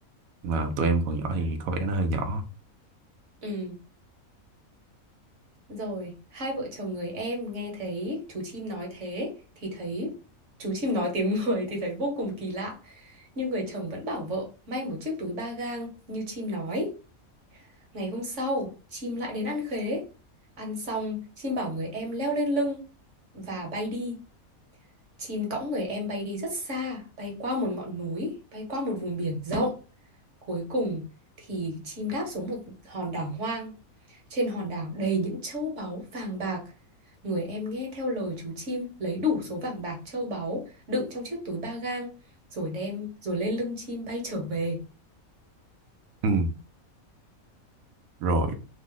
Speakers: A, on the right (about 75°); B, on the right (about 60°).
A: Mà tụi em còn nhỏ thì có vẻ nó hơi nhỏ.
B: Ừ. Rồi, hai vợ chồng người em nghe thấy chú chim nói thế thì thấy chú chim nói tiếng <laughs> người thì thấy vô cùng kỳ lạ. Nhưng người chồng vẫn bảo vợ may một chiếc túi ba gang như chim nói. Ngày hôm sau, chim lại đến ăn khế. Ăn xong, chim bảo người em leo lên lưng và bay đi. Chim cõng người em bay đi rất xa, bay qua một ngọn núi, bay qua một vùng biển rộng. Cuối cùng thì chim đáp xuống một hòn đảo hoang. Trên hòn đảo đầy những châu báu vàng bạc. Người em nghe theo lời chú chim lấy đủ số vàng bạc châu báu đựng trong chiếc túi ba gang rồi đem rồi lên lưng chim bay trở về.
A: Ừ. Rồi